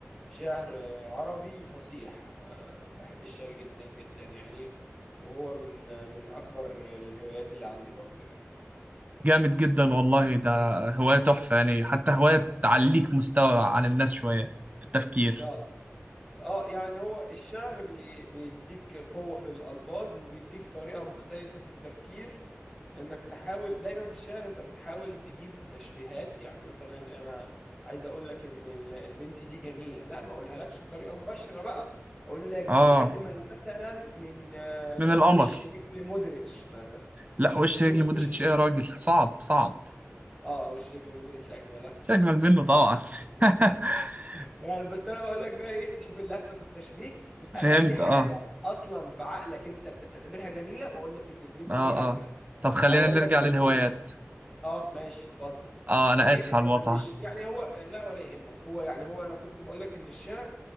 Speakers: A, in the centre; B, on the right (about 30°).
A: شعر آه، عربي فصيح آه، بحب الشعر جدا جدا يعني وهو من آه، من اكبر الهوايات اللي عندي برضو يعني
B: جامد جدا والله ده هواية تحفة يعني حتى هواية تعليك مستوى عن الناس شوية في التفكير
A: اه اه يعني هو الشعر بي بيديك قوة في الألفاظ وبيديك طريقة مختلفة في التفكير انك تحاول دايما في الشعر انت بتحاول تجيب تشبيهات يعني مثلا انا عايز اقول لك ان ال- البنت دي جميله لا ما اقولها لكش بطريقه مباشره بقى اقول لك دي
B: اه
A: اجمل مثلا من آه، من
B: من القمر
A: وش رجل مودريتش مثلا
B: لا وش
A: شوف
B: رجل
A: التشبيه
B: مدرتش ايه يا راجل صعب صعب
A: اه وش رجل مودريتش اجمل آه.
B: مش اجمل منه طبعا <laughs>
A: يعني بس انا بقول لك بقى ايه شوف اللفه في التشبيه اخلي
B: فهمت
A: حاجه
B: اه
A: اصلا في عقلك انت بتعتبرها جميله واقول لك ان البنت
B: اه
A: دي اجمل
B: اه طب خلينا
A: او اقول
B: نرجع
A: لك مثلا
B: للهوايات
A: اه ماشي اتفضل
B: اه انا
A: هي
B: اسف
A: كانت
B: على
A: من
B: المقاطعه
A: ضمن الش... يعني هو لا ولا يهمك هو يعني هو انا كنت بقول لك ان الشعر